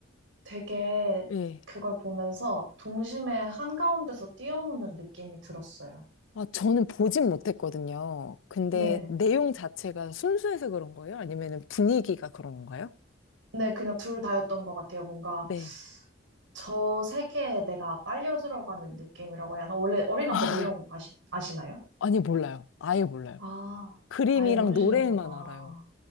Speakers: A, on the right; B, on the left.
A: 되게
B: 예.
A: 그걸 보면서 동심의 한가운데서 뛰어노는 느낌이 들었어요.
B: 아, 저는 보진 못했거든요. 근데
A: 네.
B: 내용 자체가 순수해서 그런 거예요? 아니면 분위기가 그런 건가요?
A: 네, 그냥 둘 다였던 것 같아요. 뭔가
B: 네.
A: 저 세계에 내가 빨려 들어가는 느낌이라고 해야 하나? 원래 어린 왕자
B: 아,
A: 내용 아시, 아시나요?
B: 아니, 몰라요. 아예 몰라요.
A: 아,
B: 그림이랑
A: 아예 모르시는구나.
B: 노래만 알아요.